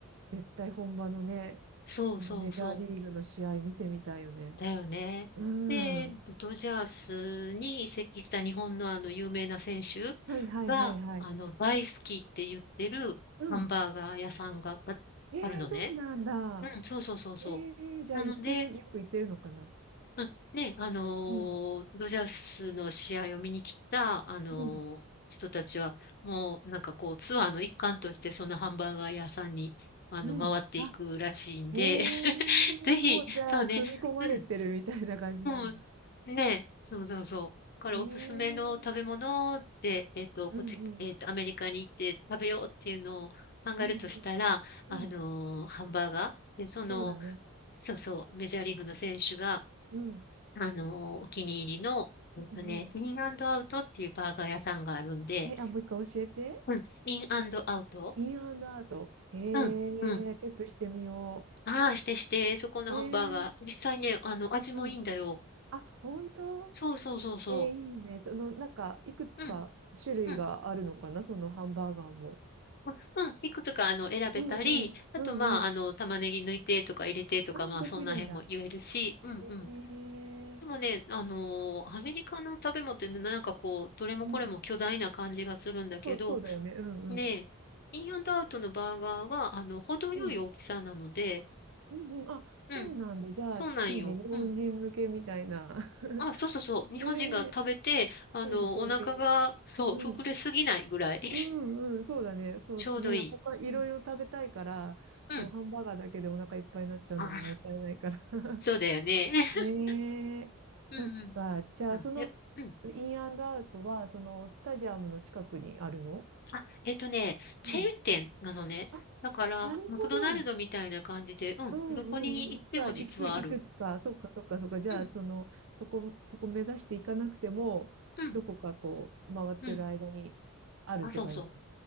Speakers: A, on the right (about 65°); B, on the left (about 45°).
A: 絶対本場のね、
B: そうそうそう。
A: そのメジャーリーグの試合見てみたいよね。
B: だよね。
A: うん、
B: で、
A: うん、
B: ドジャースに移籍した日本のあの有名な選手
A: はいはいはいはい。
B: が、あの、大好きって言ってるハンバーガー屋さんがああるのね。
A: うん、えー、そうなんだ。
B: うん、そうそうそうそ
A: えー、じゃあ行ってる、
B: う。なので、
A: よく行ってるのかな。
B: まあ、ね、あのードジャースの試合を見に来た、
A: うん、
B: あのー人たちは、
A: うん、
B: もうなんかこう、ツアーの一環として、そのハンバーガー屋さんに、あの、
A: うん。
B: 回っていくらしいんで、
A: あ、えー、
B: <laughs> ぜひ、
A: もうじゃあ、
B: そうね、
A: 組み込まれてるみたいな感じなんだ。
B: うん。うん。ねえ、そうそうそう。だからおすすめの食べ物で、
A: えー、
B: えっと、
A: うんうん、
B: こっち、えっと、アメリカに行って食べようっていうのを考えるとしたら、
A: うんうん。うん
B: あのーハンバーガー。で、その、
A: そうだね。
B: そうそう、メジャーリーグの選手が、
A: うん。
B: あのーお気に入りの、えっとね、
A: うんう
B: インアウトっていうバーガー屋さんがあるんで、
A: ん。え、あ、もう一回教えて。
B: うん、インアウト
A: インアンドアウト。へ
B: うん、うん。
A: え、チェックしてみよ
B: ああ、してして、そこのハンバーガー。
A: う。ええ、
B: 実際ね、あの、味もいいんだよ。
A: うん。あ、本当
B: そうそうそうそ
A: えー、いいね。その、なんか、いくつか種類があるのかな、
B: う。うん。うん
A: そのハンバーガーも。
B: まあうん、いくつかあの選べたり、
A: うんうん。
B: あとまあ、
A: うんうん。
B: あの、玉ねぎ抜いてとか入れてとか、
A: ああ、
B: まあ、
A: できるんだ。
B: そんな辺も言えるし、うんうん。
A: へえ、
B: でもね、あのーアメリカの食べ物ってねなんかこう、どれもこれも巨大な感じがするんだけど、
A: うん。そう、そうだよね。うんうん。
B: ね、インアンドアウトのバーガーは、あの、程よい大きさなので、
A: うん。うんうん。あ、そうなんだ。
B: うん、
A: じゃあ、
B: そうなんよ。
A: いいね。日本人向けみたいな。
B: うん。
A: <laughs>
B: あ、そうそうそう。日本人が食べて、
A: ねえ、<laughs>
B: あの、
A: 食べてちょうどいい。
B: お腹が、そう、
A: うん。
B: 膨れすぎないぐらい、<laughs>
A: うんうん、そうだね。そうね、
B: ちょうどいい。
A: 他いろいろ食べたいから、
B: うん、うん。
A: そう、ハンバーガーだけでお腹いっぱいになっちゃうのももったいないから。
B: あー、
A: <laughs>
B: そうだよね。<laughs>
A: ねえ、そっか。
B: うん、うん。
A: じゃあ、
B: うんでうん
A: その、インアンドアウトは、その、スタジアムの近くにあるの
B: あ、えっとね、チェーン店なのね。
A: うん。あ、
B: だから、
A: なるほど。
B: マクドナルドみたいな感じで、うん、
A: うんうんうん。
B: どこに行っても実はある。
A: じゃあ、いく、いくつか、そっかそっかそっか。じゃあ、
B: うん、
A: その、そこ、そこ目指していかなくても、
B: うん、
A: どこかこう、回ってる間にあるって感じ。
B: うん。あ、そうそう。